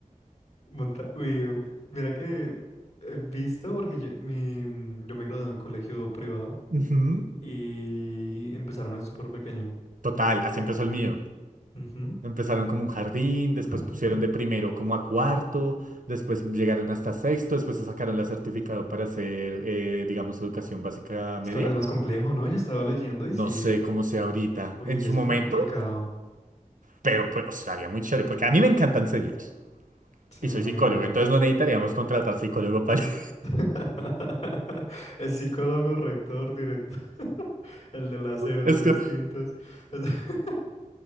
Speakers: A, on the left; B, on the right.
A: Monta- Uy, mira que he visto, porque yo, mi, mm, yo me gradué de un colegio privado
B: Ujú.
A: y empezaron así súper pequeño.
B: Total, así empezó el mío.
A: Ujú.
B: Empezaron como un jardín, después
A: <laughs>
B: pusieron de primero como a cuarto, después llegaron hasta sexto, después se sacaron la certificado para hacer, eh, digamos, educación básica
A: Es
B: media.
A: que ahora es más complejo, ¿no? Yo estaba leyendo y
B: No
A: sí,
B: sé cómo sea ahorita.
A: uy,
B: En su
A: es
B: momento.
A: bien complicado.
B: Pero pues estaría muy chévere, porque a mí me encanta enseñar.
A: Sí,
B: Y
A: a
B: soy psicólogo,
A: mí igual.
B: entonces no necesitaríamos contratar psicólogo para... <laughs>
A: <laughs> El psicólogo, rector, director, el del aseo, el
B: Es
A: de los
B: que
A: tintos. <laughs>